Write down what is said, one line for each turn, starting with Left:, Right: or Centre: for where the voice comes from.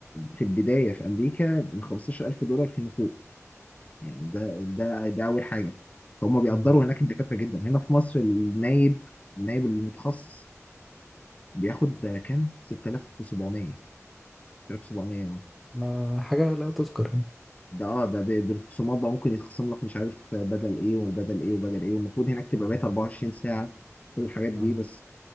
Left: في البدايه في امريكا من 15000 دولار فيما فوق يعني ده ده ده اول حاجه فهم بيقدروا
Centre: مم.
Left: هناك الدكاتره جدا هنا في مصر النايب النايب المتخصص بياخد كام 6700 6700
Centre: ما حاجه لا تذكر يعني
Left: ده اه ده ب- بالخصومات بقى ممكن يتخصم لك مش عارف بدل ايه وبدل ايه وبدل ايه والمفروض هناك تبقى بقيت 24 ساعة كل الحاجات دي
Centre: مم.
Left: بس